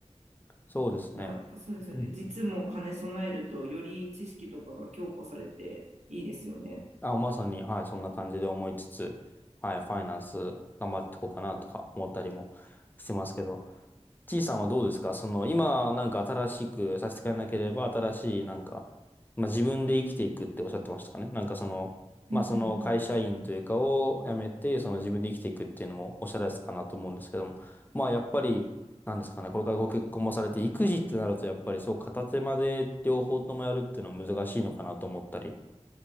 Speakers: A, on the left (about 15°); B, on the right (about 75°).
A: そうですね。
B: じゃあそうですよね実も金兼ね備えるとより知識とかが強固されていいですよね
A: うんあ、まさに、はい、そんな感じで思いつつ、はい、ファイナンス頑張っていこうかなとか思ったりもしてますけど、T さんはどうですかその、今、なんか新しくさせてくれなければ、新しい、なんか、まあ、自分で生きていくっておっしゃってましたかねなんかその、まあ、
B: うんうんうん
A: その会社員というかを辞めて、その自分で生きていくっていうのもおっしゃられてたかなと思うんですけども、まあ、やっぱり、なんですかね、これからご結婚もされて、育児ってなると、やっぱりそう、片手間で両方ともやるっていうのは難しいのかなと思ったり、